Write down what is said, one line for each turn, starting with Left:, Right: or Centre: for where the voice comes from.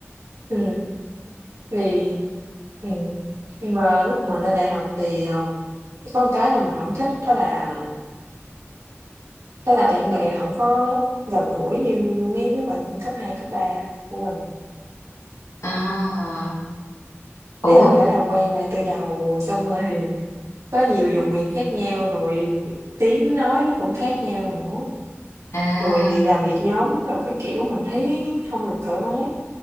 Right: ừm, thì ừm, nhưng mà lúc mà lên đại học thì, ờ, có một cái là mình hổng thích đó là đó là bạn bè hổng có gần gũi như mấy đứa bạn cấp 2 cấp 3 của mình.
Left: à ủa
Right: Ý là phải làm quen lại từ đầu, xong rồi <laughs> có nhiều vùng miền khác nhau, rồi tiếng nói nó cũng khác nhau nữa.
Left: à
Right: Rồi làm việc nhóm rồi các kiểu mình thấy hông được thoải mái.